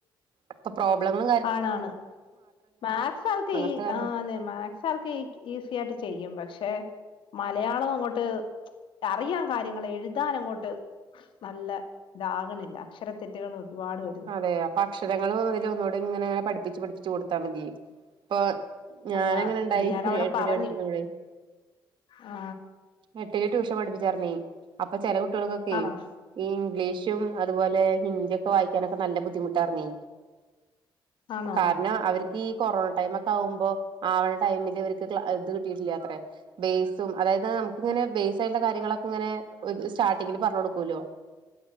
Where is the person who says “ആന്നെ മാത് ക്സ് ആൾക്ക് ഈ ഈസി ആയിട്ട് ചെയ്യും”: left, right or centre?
Left